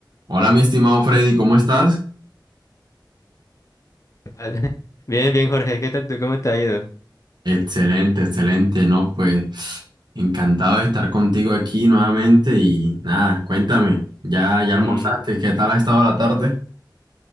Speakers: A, on the right (about 60°); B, on the left (about 40°).
A: Hola, mi estimado Freddy, ¿cómo estás?
B: Tal. <laughs> Bien, bien, Jorge, ¿qué tal tú? ¿Cómo te ha ido?
A: Excelente, excelente, ¿no? Pues encantado de estar contigo aquí nuevamente y nada, cuéntame, ¿ya, ya
B: Ujú.
A: almorzaste? ¿Qué tal ha estado la tarde?